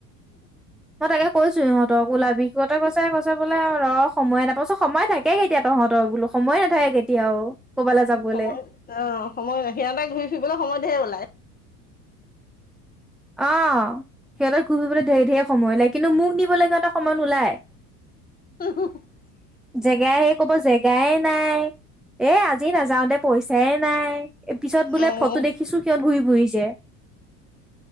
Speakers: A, in the centre; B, on the left.
A: মই তাকে কৈছো, ইহঁতক ওলাবি, সিহঁতে কৈছে কৈছে বোলে আৰু ৰ সময় নাপাওঁচোন সময় থাকে কেতিয়া। ত তহঁতৰ বোলো সময়ে নাথাকে কেতিয়াও। ক'বালৈ যাবলে
B: সময় অ সময় ন সিহঁতে ঘূৰি ফুৰিবলৈ সময় ধেৰ ওলায়।
A: আহ সিহঁতৰ ঘূৰি ফৰিবলৈ ধেৰ ধেৰ সময় ওলায়। কিন্তু মোক নিবলৈ সিহঁতৰ সময় নোলায়।
B: <unintelligible>
A: জেগাই শেষ ক'ব, জেগাই নাই। এ আজি নাযাও দে পইচাই নাই পিছত বোলে
B: অ
A: ফটো দেখিছো কিয়ত ঘূৰি ফুৰিছে। যে